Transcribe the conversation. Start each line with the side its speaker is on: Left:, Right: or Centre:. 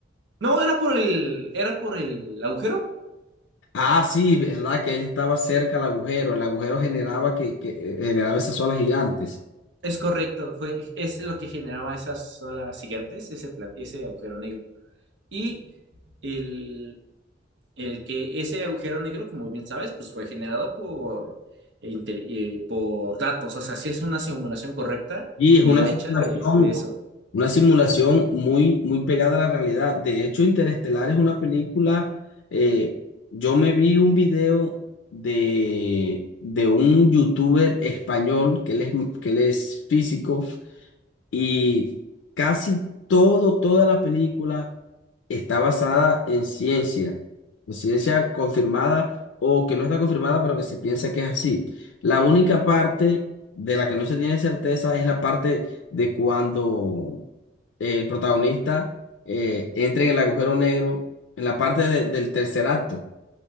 Right: No, era por el, era por el agujero.
Left: Ah, sí, verdad que él estaba cerca al agujero. El agujero generaba que, que eh, generaba esas olas gigantes.
Right: Es correcto, fue, es lo que generaba esas olas gigantes, ese, pla- ese agujero negro. Y el, el que ese agujero negro, como bien sabes, pues fue generado por, eh, intel- eh, por datos. O sea, sí es una simulación correcta
Left: Y es
Right: y
Left: una
Right: derecha
Left: simulación,
Right: de, de eso.
Left: una simulación muy, muy pegada a la realidad. De hecho, Interestelar es una película. eh, yo me vi un video de, de un youtuber español que él es, que él es físico Y casi todo, toda la película está basada en ciencia, en ciencia confirmada o que no está confirmada, pero que se piensa que es así. La única parte de la que no se tiene certeza es la parte de cuando el protagonista eh, entra en el agujero negro, en la parte de- del tercer acto.